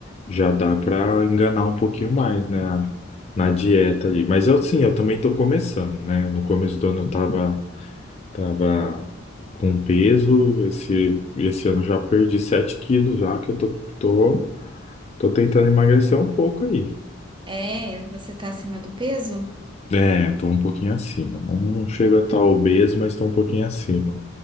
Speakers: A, on the left (about 30°); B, on the right (about 25°).
A: já dá para enganar um pouquinho mais, né, na, na dieta ali. Mas eu, sim, eu também estou começando, né? No começo do ano eu tava, tava com peso, esse, esse ano eu já perdi 7 quilos já, que eu tô, tô, tô tentando emagrecer um pouco aí.
B: É, você tá acima do peso?
A: É, tô um pouquinho acima. Não, não chego a estar obeso, mas tô um pouquinho acima.